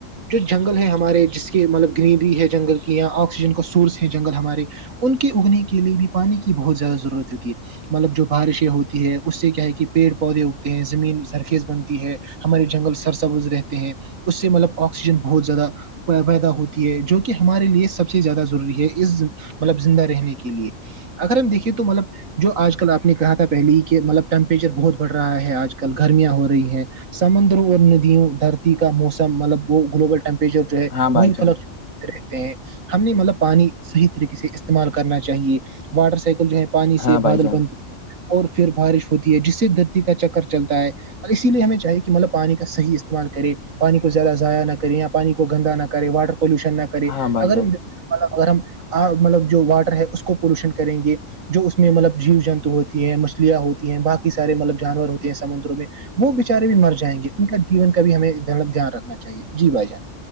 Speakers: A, on the right; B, on the left.
A: جو جنگل ہے ہمارے جس کے مطلب گرینری ہے جنگل کی یا آکسیجن کا سورس ہے جنگل ہمارے ان کے اگنے کے لیے بھی پانی کی بہت زیادہ ضرورت ہوتی ہے مطلب جو بارشیں ہوتی ہے اس سے کیا ہے کہ پیڑ پودے ہوگتے ہیں زمین سرخیز بنتی ہے ہمارے جنگل سرسبوز رہتے ہیں اس سے مطلب آکسیجن بہت زیادہ پیدا ہوتی ہے جو کہ ہمارے لیے سب سے زیادہ ضروری ہے اس مطلب زندہ رہنے کے لیے اگر ہم دیکے تو مطلب جو آج کل آپ نے کہا تھا پہلے ہی کہ مطلب ٹیمپریچر بہت بڑھ رہا ہے آج کل گرمیاں ہو رہی ہیں سمندروں اور ندیوں دھرتی کا موسم مطلب وہ گلوبل ٹیمپریچر جو ہے
B: ہاں بھائی
A: وہی
B: جان
A: فلق رہتے ہیں ہم نے مطلب پانی صحیح طریقے سے استعمال کرنا چاہیے واٹر سائیکل جو ہے پانی سے
B: ہاں بھائی
A: بادل
B: جان
A: بنتی ہے اور پھر بارش ہوتی ہے جس سے دھرتی کا چکر چلتا ہے ا اسی لیے ہمیں چاہیے کہ مطلب پانی کا صح استعمال کرے پانی کو زیادہ ضائع نہ کریں یا پانی کو گندا نہ کرے واٹر پولوشن نہ کرے
B: ہاں بھائی
A: اگر
B: جان
A: مب اگر ہم مطلب جو واٹر ہے اس کو پولوشن کریں گے جو اس میں مطلب جیو جنتو ہوتی ہیں مچھلیاں ہوتی ہیں باقی سارے مطلب جانور ہوتے ہیں سمندر میں وہ بچارے بھی مر جائیں گے ان کا جیون کا بھی ہمیںب دھیان رکھنا چاہیے جی بھائی جان